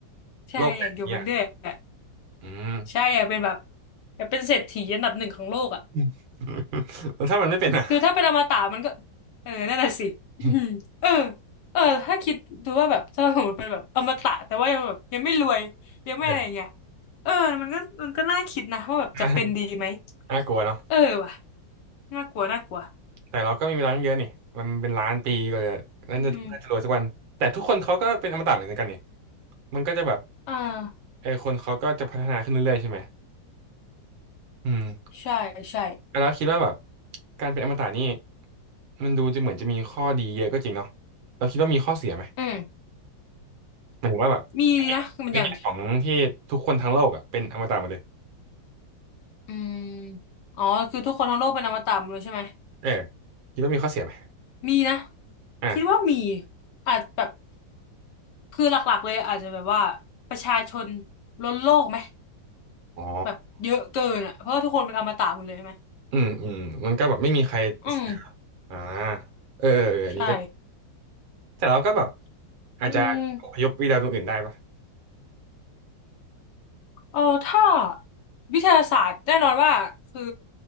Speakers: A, on the left; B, on the right.
A: ใช่อยากอยู่ไปเรื่อยอ่ะ
B: โลกแตกเนี่ย อืม
A: ใช่อยากเป็นแบบอยากเป็นเศรษฐีอันดับหนึ่งของโลกอ่ะ
B: <laughs> แล้วถ้ามันไม่เป็นอ่ะ
A: คือถ้าเป็นอมตะมันก็เออนั่นแหละสิอืมเออ
B: <laughs>
A: เออถ้าคิดดูว่าแบบถ้าสมมติเป็นแบบอมตะแต่ว่ายังแบบยังไม่รวยยังไม่อะไรอย่างเงี้ย
B: เออ
A: เออมันก็มันก็น่าคิดนะว่าแบบจะเป็นดีไหม
B: น่าน่ากลัวเนาะ
A: เออว่ะน่ากลัวน่ากลัว
B: แต่เราก็มีเวลาตั้งเยอะนี่มันเป็นล้านปีกว่าจะนั่นจะน่าจะรวยสักวันแต่ทุกคนเขาก็เป็นอมตะเหมือนกันนี่
A: อืม
B: มันก็จะแบบ
A: อ่า
B: เออคนเขาก็จะพัฒนาขึ้นเรื่อยๆใช่ไหมอืม
A: ใช่ใช่
B: แล้วคิดว่าแบบการเป็นอมตะนี่มันดูจะเหมือนจะมีข้อดีเยอะก็จริงเนาะเราคิดว่ามีข้อเสียไหม
A: อืม
B: หมายถึงว่าแบบในแง่ในแง่ของที่ทุกคนทั้งโลกอ่ะเป็นอมตะหมดเลย
A: มีนะมันอย่างที่อืมอ๋อคือทุกคนทั้งโลกเป็นอมตะหมดเลยใช่ไหม
B: เออคิดว่ามีข้อเสียไหม
A: มีนะ
B: อ่ะ
A: คิดว่ามีอาจแบบคือหลักๆเลยอาจจะแบบว่าประชาชนล้นโลกไหม
B: อ๋อ
A: แบบเยอะเกินอ่ะเพราะว่าทุกคนเป็นอมตะหมดเลยใช่ไหม
B: อืมอืมมันก็แบบไม่มีใครเสีย
A: อืม
B: อ่าเออเอออันนี้ก็
A: ใช่
B: แต่เราก็แบบอาจจะอพยพไปดาวดวงอื่นได้ปะ
A: อืมเออถ้าวิทยาศาสตร์แน่นอนว่าคือ